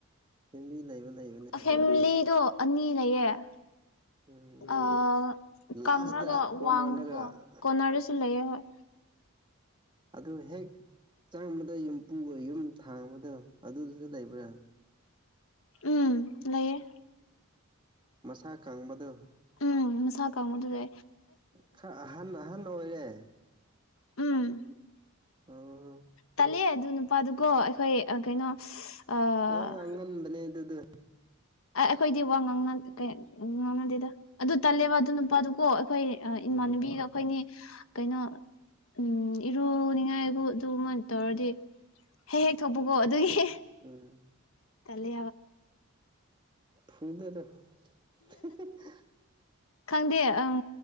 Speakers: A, on the right; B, on the left.
A: ꯁꯦꯝꯕꯤ ꯂꯩꯕ ꯂꯩꯕꯅꯦ
B: ꯑꯣ ꯐꯦꯃꯤꯂꯤꯗꯣ ꯑꯅꯤ ꯂꯩꯌꯦ
A: ꯎꯝ
B: ꯑ
A: ꯂꯥꯁꯇ
B: ꯀꯪ꯭ꯔꯒꯣ
A: ꯀꯣꯅꯔꯗꯒ
B: ꯋꯥꯡꯒꯣ ꯀꯣꯅꯥꯔꯁꯨ ꯂꯩꯌꯦꯦꯣꯏ
A: ꯑꯗꯨ ꯍꯦꯛ ꯆꯪꯕꯗ ꯌꯨꯝ ꯄꯨꯒ ꯌꯨꯝ ꯊꯥꯡꯕꯗꯣ ꯑꯗꯨꯗꯨꯁꯨ ꯂꯩꯕ꯭ꯔꯥ
B: ꯎꯝ ꯂꯩꯌꯦꯦ
A: ꯃꯁꯥ ꯀꯪꯕꯗ
B: ꯎꯝ ꯃꯁꯥ ꯀꯥꯡꯕꯨꯨꯗꯨꯗ
A: ꯈꯔ ꯑꯍꯟ ꯑꯍꯟ ꯑꯣꯏꯔꯦ
B: ꯎꯝ
A: ꯑꯣ
B: ꯇꯜꯂꯦ ꯑꯗꯨ ꯅꯨꯄꯥꯗꯨꯀꯣ ꯑꯩꯈꯣꯏ ꯀꯩꯅꯣ ꯑ
A: ꯋꯥꯉ ꯉꯉ ꯉꯕꯅꯦ ꯑꯗꯨꯗꯤ
B: ꯑ ꯑꯩꯈꯣꯏꯗꯤ ꯋꯥ ꯉꯥꯡꯅ ꯉꯥꯡꯅꯗꯦꯗ ꯑꯗꯨ ꯇꯜꯂꯦꯕ ꯑꯗꯨ ꯅꯨꯄꯥꯗꯨꯀꯣ ꯑꯩꯈꯣꯏ
A: ꯎꯝ
B: ꯏꯃꯥꯟꯅꯕꯤꯒ ꯑꯩꯈꯣꯏꯅꯤ ꯀꯩꯅꯣ ꯎ ꯏꯔꯨꯅꯤꯡꯉꯥꯏꯕꯨ ꯑꯗꯨꯃꯅ ꯇꯧꯔꯗꯤ ꯍꯦꯛ ꯍꯦꯛ ꯊꯣꯛꯄꯨꯀꯣ ꯑꯗꯨꯒꯤ
A: ꯎꯝ
B: ꯇꯂꯦ
A: ꯐꯤꯗꯔ <unintelligible>
B: ꯈꯪꯗꯦ ꯑꯪ